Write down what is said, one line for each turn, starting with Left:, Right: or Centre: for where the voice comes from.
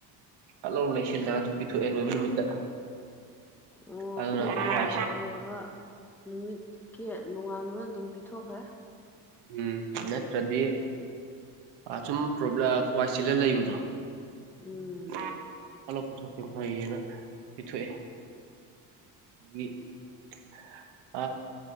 Right: ꯐꯠꯂꯥꯎ ꯂꯩꯁꯤꯜꯂꯒ ꯑꯗꯨꯝ ꯄꯤꯊꯣꯛꯑꯦ ꯂꯣꯏꯕ ꯅꯨꯃꯤꯠꯇ
Centre: ꯑꯣ
Right: ꯑꯗꯨꯅ
Centre: ꯑꯈꯣꯏꯁꯨ
Right: ꯋꯥꯏꯁꯦ
Centre: ꯂꯣꯏꯕ ꯅꯨꯃꯤꯠꯀꯤ ꯅꯣꯡꯉꯥꯟꯕꯗ ꯑꯗꯨꯝ ꯄꯤ ꯊꯣꯛꯈ꯭ꯔꯦ
Right: ꯎꯝ ꯅꯠꯇ꯭ꯔꯗꯤ ꯑꯥ ꯁꯨꯝ ꯄ꯭ꯔꯣꯕ꯭ꯂꯥ ꯋꯥꯏ ꯆꯤꯜꯂ ꯂꯩꯕꯗꯣ
Centre: ꯎꯝ
Right: <unintelligible> ꯐꯠ ꯂꯥꯎ ꯄꯤꯊꯣꯛꯈꯤꯝ ꯐꯩꯌꯦꯅ ꯄꯤꯊꯣꯛꯑꯦ <unintelligible>